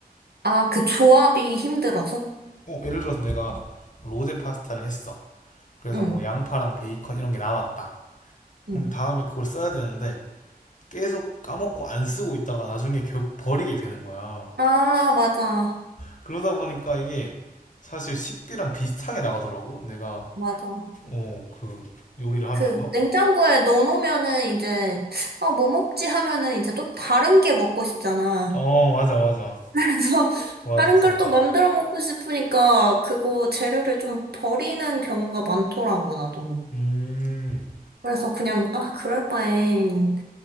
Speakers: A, on the right; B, on the left.
A: 아, 그 조합이 힘들어서?
B: 어, 예를 들어서 내가 뭐 로제 파스타를 했어. 그래서
A: 응,
B: 뭐 양파랑 베이컨 이런 게 남았다. 그럼
A: 응.
B: 다음에 그걸 써야 되는데 계속 까먹고 안 쓰고 있다가 나중에 결국 버리게 되는 거야.
A: 아, 맞아,
B: 그러다 보니까 이게 사실 식비랑 비슷하게 나가더라고. 내가
A: 맞아.
B: 어, 그 요리를 하면서.
A: 그 냉장고에 넣어놓으면은 이제, 아, 뭐 먹지 하면은 이제 또 다른 게 먹고 싶잖아.
B: 어, 맞아, 맞아.
A: 그래서
B: 맞아,
A: 다른
B: 진짜.
A: 걸 또 만들어 먹고 싶으니까 그거 재료를 좀 버리는 경우가 많더라고, 나도.
B: 음.
A: 그래서 그냥, 아, 그럴 바엔